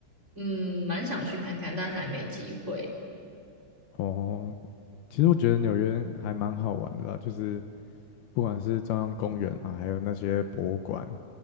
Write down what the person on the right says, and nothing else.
嗯蛮想去看看，但还没机会。